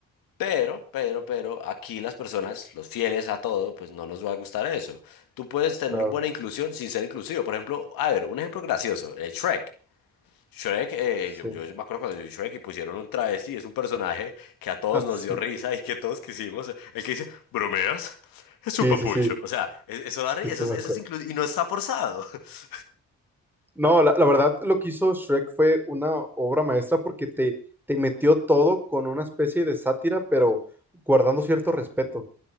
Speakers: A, on the left; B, in the centre.
A: Pero, pero, pero, aquí las personas, los fieles a todo, pues no nos va a gustar eso. Tú puedes tener
B: claro,
A: buena inclusión sin ser inclusivo. Por ejemplo, a ver, un ejemplo gracioso, eh, Shrek. Shrek, eh,
B: sí.
A: yo,
B: <laughs>
A: yo me acuerdo cuando yo vi Shrek y pusieron un travesti, es un personaje que a todos
B: Ah,
A: nos
B: sí.
A: dio risa y que todos quisimos. El que dice, ¿bromeas? Es
B: Sí,
A: un papucho.
B: sí, sí.
A: O sea, es- eso
B: Sí,
A: da risa,
B: sí
A: eso,
B: me
A: es- eso
B: acuerdo.
A: es incluso, y no está forzado. <laughs>
B: No, la, la verdad, lo que hizo Shrek fue una obra maestra porque te, te metió todo con una especie de sátira, pero guardando cierto respeto.